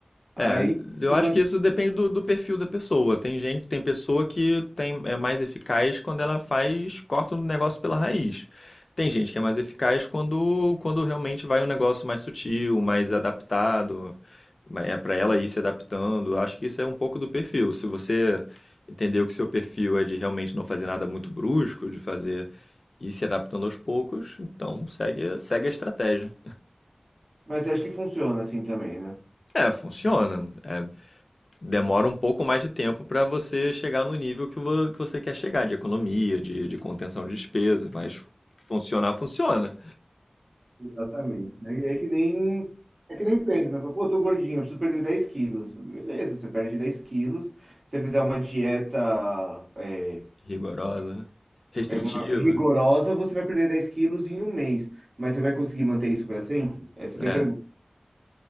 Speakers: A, on the right (about 65°); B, on the left (about 80°).
A: Aí,
B: É, eu
A: semana...
B: acho que isso depende do, do perfil da pessoa. Tem gente, tem pessoa que tem, é mais eficaz quando ela faz, corta um negócio pela raiz. Tem gente que é mais eficaz quando, quando realmente vai um negócio mais sutil, mais adaptado, ma- é para ela ir se adaptando. Acho que isso é um pouco do perfil. Se você entendeu que seu perfil é de realmente não fazer nada muito brusco, de fazer ir se adaptando aos poucos, então segue, segue a estratégia.
A: Mas acho que funciona assim também, né?
B: É, funciona. É, demora um pouco mais de tempo para você chegar no nível que, vo- que você quer chegar, de economia, de, de contenção de despesas, mas funcionar, funciona.
A: Exatamente, né? É que nem, é que nem peso, né? Fala, Pô, eu tô gordinho, eu preciso perder 10 quilos. Beleza, você perde 10 quilos. Se você fizer uma dieta é,
B: Rigorosa, né? Restritiva.
A: é uma- rigorosa, você vai perder 10 quilos em um mês. Mas você vai conseguir manter isso para sempre? Essa que
B: É,
A: é a pergunta.